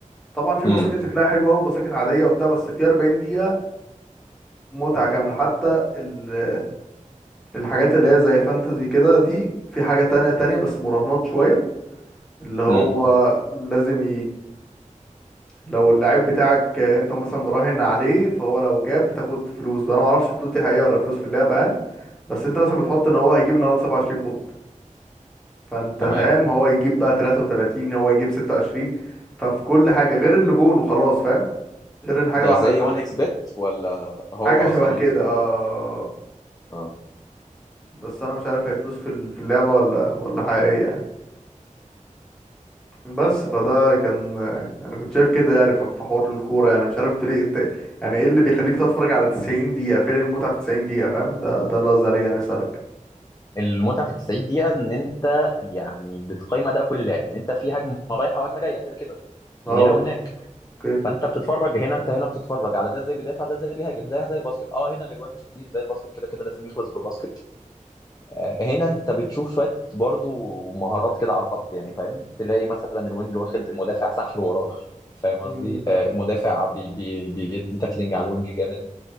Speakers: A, in the centre; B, on the left (about 30°).
A: طبعا في
B: امم
A: بساكت شكلها حلوة وبساكت عادية وبتاع بس في 40 دقيقة متعة كاملة حتى ال- الحاجات اللي هي زي فانتزي كده دي في حاجة تانية تانية بس مراهنات شوية اللي هو
B: امم
A: لازم لو اللعيب بتاعك انت مثلا مراهن عليه فهو لو جاب بتاخد فلوس وانا ما اعرفش الفلوس دي حقيقه ولا فلوس في اللعبه يعني بس انت مثلا بتحط ان هو هيجيب النهارده 27 بونت فانت
B: تمام
A: فاهم هو يجيب بقى 33 هو يجيب 26 ففي كل حاجه غير ان جون وخلاص فاهم غير ان حاجه
B: ده
A: واحده
B: زي
A: انت
B: 1 اكس بت ولا هو
A: حاجه شبه
B: اصلا
A: كده
B: 1 اكس بت
A: اه
B: اه
A: بس انا مش عارف هي فلوس في ال- في اللعبه ولا ولا حقيقيه يعني. بس فده كان انا كنت شايف كده يعني ف- في حوار الكوره يعني مش عارف ليه الت... يعني ايه اللي بيخليك تتفرج على 90 دقيقه فين المتعه في 90 دقيقه فاهم ده ده اللي قصدي عليه يعني اسالك
B: المتعه في ال 90 دقيقه ان انت يعني بتقيم اداء كل لاعب يعني انت في هجمه رايحه وهجمه جايه كده كده
A: اه
B: هنا وهناك
A: اوكي
B: فانت بتتفرج هنا انت هنا بتتفرج على ده ازاي بيدافع ده ازاي بيهاجم زيها زي الباسكت اه هنا الاجوان مش كتير زي الباسكت كده كده لازم يخلص بباسكت آه هنا انت بتشوف شويه برضو مهارات كده على الخط يعني فاهم تلاقي مثلا الوينج واخد المدافع سحل وراه فاهم
A: امم
B: قصدي آه المدافع بي بي بيدي تاكلينج على الوينج جامد